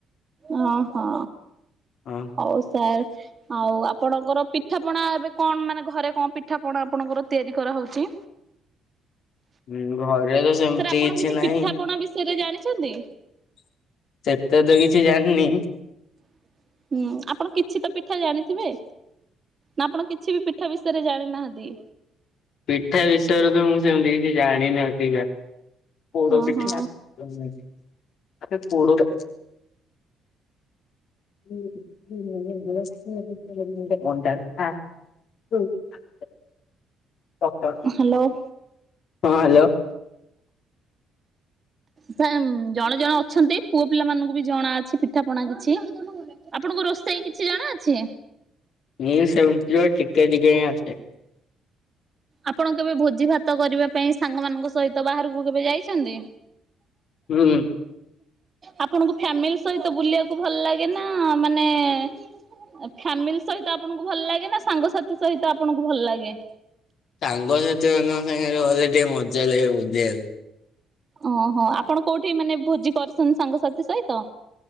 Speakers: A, on the right; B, on the left.
A: ଓ ହଁ।
B: ହଁ।
A: ହଉ ସାର୍ ଆଉ ଆପଣଙ୍କର ପିଠାପଣା ଏବେ କଣ ମାନେ ଘରେ କଣ ପିଠାପଣା ଆପଣଙ୍କର ତିଆରି କରାହଉଛି?
B: ହୁଁ ଘରେ ସେମିତି
A: ସାର୍ ଆପଣ କିଛି
B: ନାହିଁ
A: ପିଠାପଣା ବିଷୟରେ ଜାଣିଛନ୍ତି?
B: ସେତେ ତ କିଛି ଜାଣିନି।
A: <inaudible> ହୁଁ ଆପଣ କିଛି ତ ପିଠା ଜାଣିଥିବେ? ନା ଆପଣ କିଛି ବି ପିଠା ବିଷୟରେ ଜାଣିନାହାନ୍ତି?
B: ପିଠା ବିଷୟରେ ତ ମୁଁ ସେମିତି କିଛି ଜାଣିନି ଅଧିକା। ପୋଡ଼
A: ହଁ
B: ପିଠା
A: ହଁ
B: <unintelligible> ଆ ପୋଡ଼ <unintelligible> <unintelligible> ମଣ୍ଡା ପିଠା <unintelligible> ହଁ
A: ହ୍ୟାଲୋ।
B: ହ୍ୟାଲୋ।
A: ଜଣେ ଜଣେ ଅଛନ୍ତି ପୁଅ ପିଲା ମାନଙ୍କୁ ବି ଜଣା ଅଛି ପିଠା ପଣା କିଛି। ଆପଣଙ୍କୁ ରୋଷେଇ କିଛି ଜଣା ଅଛି?
B: ହଁ ସେମିତିରେ ଟିକେ ଟିକେ ହିଁ ଆସେ।
A: ଆପଣ କେବେ ଭୋଜି ଭାତ କରିବା ପାଇଁ ସାଙ୍ଗମାନାନଙ୍କ ସହିତ ବାହାରକୁ କେବେ ଯାଇଛନ୍ତି?
B: ହୁଁ।
A: ଆପଣଙ୍କୁ ଫ୍ୟାମିଲି ସହିତ ବୁଲିବାକୁ ଭଲ ଲାଗେ ନାଁ ମାନେ ଫ୍ୟାମିଲି ସହିତ ଆପଣଙ୍କୁ ଭଲ ଲାଗେ ନା ସାଙ୍ଗସାଥି ସହିତ ଆପଣଙ୍କୁ ଭଲ ଲାଗେ?
B: ସାଙ୍ଗ ସେଥି ମାନଙ୍କ ସଙ୍ଗେ। ଗଲେ ଟିକେ ମଜା ଲାଗେ ବୁଲିବାକୁ।
A: ଓହୋ ଆପଣ କୋଉଠି ମାନେ ଭୋଜି କରୁଚନ୍ତି ସାଙ୍ଗସାଥି ସହିତ?